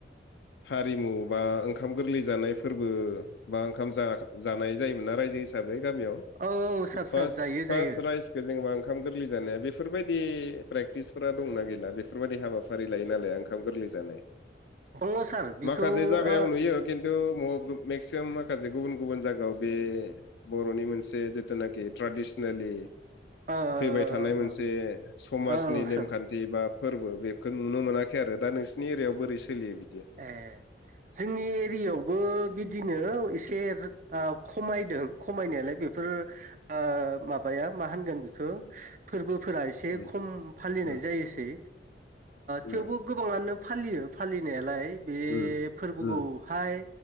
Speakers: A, on the left; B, on the right.
A: हारिमु बा ओंखाम गोरलै जानाय फोरबो बा ओंखाम जा जानाय जायोमोन न राय- जो हिसाबै गामियाव
B: औ औ सार
A: फास
B: सार जायो
A: फास
B: जायो
A: रायस खो जेनेबा ओंखाम गोरलै जानाया बेफोरबायदि प्रेक्टिसफोरा दंना गैला बेफोरबायदि हाबाफारि लायो लाया ओंखाम गोरलै जानाय
B: दङ सार बेखौ
A: माखासे जागायाव
B: ओ
A: नुयो खिन्थु मेक्सिमाम माखासे गुबुन गुबुन जायगायाव बे बर'नि मोनसे जिथुनाखि ट्रेडिसनेलि
B: ओ
A: फैबाय थानाय मोनसे
B: ओ
A: समाजनि
B: औ
A: नेमखान्थि
B: सार
A: बा फोरबो बेखौ नुनो मोनाखै आरो दा नोंसोरनि एरियायाव बोरै सोलियो बा
B: ए जोंनि एरियायावबो बिदिनो एसे खमायदों खमायनायालाय बेफोर ओ माबा या मा होनगोन बेखौ फोरबो फोरा एसे
A: उम
B: खम फालिनाय
A: उम
B: जायोसै थेवबो
A: उम
B: गोबाङानो फालियो फालिनाया लाय बे
A: उम
B: फोरबोखौहाय